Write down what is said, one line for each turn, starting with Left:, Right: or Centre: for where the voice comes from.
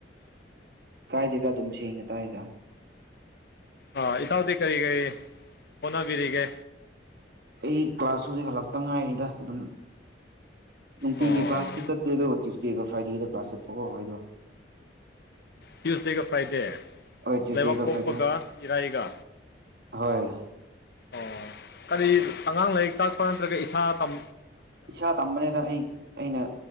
Right: ꯀꯥꯏꯗꯦꯗ ꯗꯨꯝ ꯁꯦꯡꯅ ꯇꯥꯢꯗ
Left: ꯑꯥ ꯏꯇꯥꯎꯗꯤ ꯀꯔꯤ ꯀꯔꯤ ꯍꯣꯠꯅꯕꯤꯔꯤꯒꯦ
Right: ꯑꯩ ꯀ꯭ꯂꯥꯁ ꯍꯨꯖꯤꯛ ꯍꯜꯂꯛꯇ ꯉꯥꯏꯔꯤꯗ ꯑꯗꯨꯝ ꯅꯨꯡꯇꯤꯒꯤ
Left: ꯑꯣ
Right: ꯀ꯭ꯂꯥꯁꯇꯤ ꯆꯠꯇꯦ ꯑꯗꯣ ꯇ꯭ꯌꯨꯁꯗꯦꯒ ꯐ꯭ꯔꯥꯏꯗꯦꯒ ꯀ꯭ꯂꯥꯁ ꯆꯠꯄꯀꯣ ꯑꯩꯗꯣ
Left: ꯇ꯭ꯌꯨꯁꯗꯦꯒ ꯐ꯭ꯔꯥꯏꯗꯦ
Right: ꯍꯣꯏ ꯇ꯭ꯌꯨꯁꯗꯦꯒ
Left: ꯂꯩꯕꯥꯛꯄꯣꯛꯄꯒ
Right: ꯐ꯭ꯔꯥꯏꯗꯦ
Left: ꯏꯔꯥꯏꯒ
Right: ꯍꯣꯏ
Left: ꯑꯣ ꯀꯔꯤ ꯑꯉꯥꯡ ꯂꯥꯏꯔꯤꯛ ꯇꯥꯛꯄ ꯅꯠꯇ꯭ꯔꯒ ꯏꯁꯥ ꯇꯝ
Right: ꯏꯁꯥ ꯇꯝꯕꯅꯦꯗ ꯑꯩ ꯑꯩꯅ